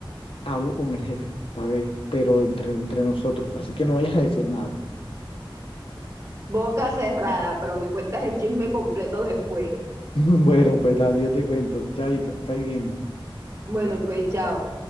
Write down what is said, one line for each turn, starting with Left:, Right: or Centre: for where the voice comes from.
Left: hablo con el jefe, para ver, pero entre, entre nosotros, así que no vayas a decir nada.
Right: Boca cerrada, pero me cuentas el chisme completo después.
Left: <laughs> Bueno, pues Lali, yo te cuento. Chaito, que ahí viene.
Right: Bueno, pues chao.